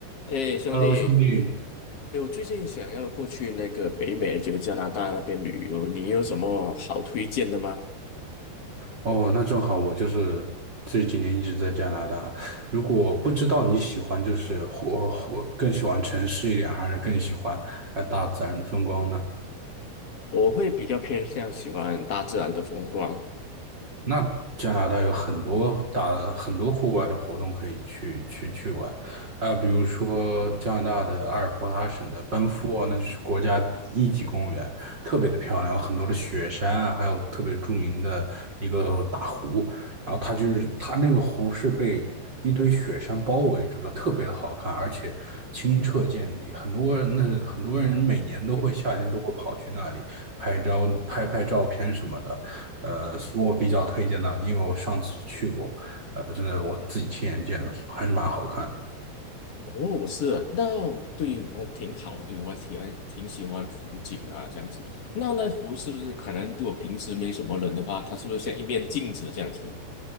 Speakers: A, on the left; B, on the right.
A: 哎，兄弟，
B: Hello，兄弟。
A: 哎哎，我最近想要过去那个北美，就加拿大那边旅游，你有什么好推荐的吗？
B: 哦，那正好，我就是这几年一直在加拿大。如果不知道你喜欢就是活活更喜欢城市一点，还是更喜欢呃大自然的风光呢？
A: 我会比较偏向喜欢大自然的风光。
B: 那加拿大有很多大很多户外的活动可以去去去玩啊，比如说加拿大的阿尔伯塔省的班夫啊，那就是国家一级公园，特别的漂亮，有很多的雪山啊，还有特别著名的一个大湖，然后它就是它那个湖是被一堆雪山包围住的，特别的好看，而且清澈见底。很多人那很多人每年都会夏天都会跑去那里拍照拍拍照片什么的。
A: 嗯
B: 呃，是我比较推荐那里，因为我上次去过，呃，真的我自己亲眼见的，还是蛮好看的。
A: 哦，是啊，那对我挺好，因为我喜欢挺喜欢湖景啊，这样子。那那湖是不是可能如果平时没什么人的话，它是不是像一面镜子这样子？